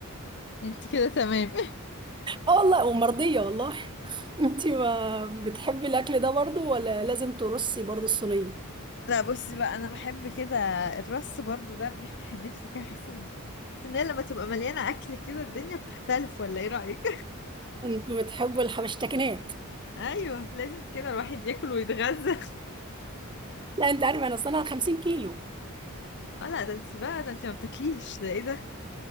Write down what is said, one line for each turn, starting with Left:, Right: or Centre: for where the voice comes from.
Left: <laughs> انت كده تمام
Right: اه والله ومرضية والله <laughs> انتي ما بتحبي الأكل ده برضو ولا لازم ترصي برضو الصينية
Left: لا بصي بقى انا بحب كده الرص برضو ده بيفتح النفس كده احس ان بس ان هي لما تبقى مليانه اكل كده الدنيا بتختلف ولا ايه رايك
Right: انتوا بتحبوا الحبشتكنات
Left: <laughs> ايوه لازم كده الواحد ياكل ويتغذى
Right: لا انت عارفة انا اصلا 50 كيلو
Left: اه لا ده انت بقى ده انت ما بتاكليش ده ايه ده